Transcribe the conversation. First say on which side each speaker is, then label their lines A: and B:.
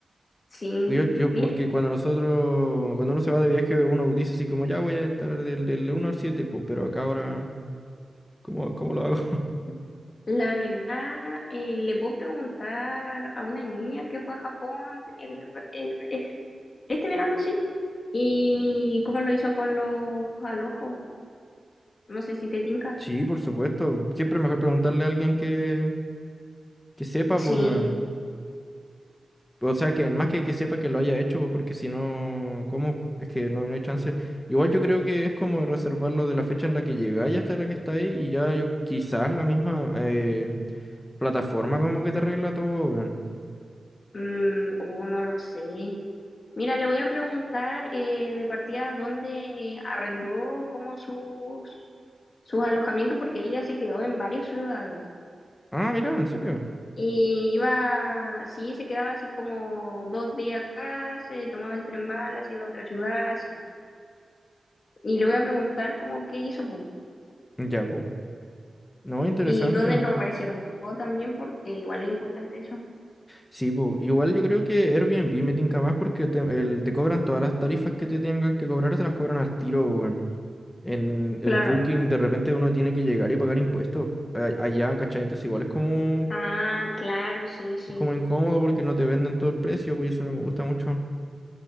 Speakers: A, on the left; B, on the left.
A: sí.
B: Yo, yo,
A: Mira,
B: porque cuando nosotros, cuando uno se va de viaje, uno dice así como, ya voy a estar del, del uno al siete pues, pero acá ahora, ¿cómo, cómo lo hago? <laughs>
A: la verdad, eh, le puedo preguntar a una niña que fue a Japón el, el- este, este verano, sí, y cómo lo hizo con los alojos. No sé si te tinca.
B: Sí, por supuesto. Siempre es mejor preguntarle a alguien que, que sepa,
A: Sí,
B: pues, O sea, que más que que sepa que lo haya hecho, pues, porque si no, ¿cómo? Es que no, no hay chance. Igual yo creo que es como reservarlo de la fecha en la que llegáis hasta la que estáis y ya yo, quizás la misma eh, plataforma como que te arregla todo, weón.
A: mm, oh, no lo sé. Mira, le voy a preguntar eh, de partida dónde arrendó como sus, sus alojamientos, porque ella se quedó en varias ciudades.
B: Ah, mira, en serio.
A: Y iba, sí, se quedaba así como dos días acá, se tomaba el tren Malas, iba a otra ciudad, así. Y le voy a preguntar cómo qué hizo, po,
B: Ya, pues. No, interesante.
A: y dónde lo reservó también, porque igual es importante eso.
B: Sí, pues. Igual yo creo que Airbnb me tinca más porque te, el- te cobran todas las tarifas que te tengan que cobrar, te las cobran al tiro, weón. En el
A: Claro.
B: booking de repente uno tiene que llegar y pagar impuestos a- allá, ¿cachai? Entonces igual es como
A: Ah, claro, sí, sí,
B: Es como incómodo porque no te venden todo el precio, pues eso no me gusta mucho.